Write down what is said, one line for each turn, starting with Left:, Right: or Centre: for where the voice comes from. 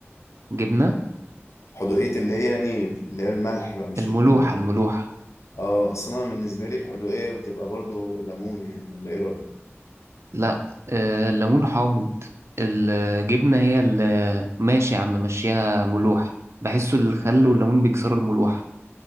Right: جبنة
Left: حدوقية اللي هي يعني اللي هي الملح بقى مش
Right: الملوحة
Left: ال
Right: الملوحة
Left: اه أصل أنا بالنسبة لي الحدوقية بتبقى برضو ليمون يعني ولا إيه رأيك؟
Right: لا آه الليمون حامض الجبنة هي اللي ماشي يا عم مشيها ملوحة بحسه الخل والليمون بيكسروا الملوحة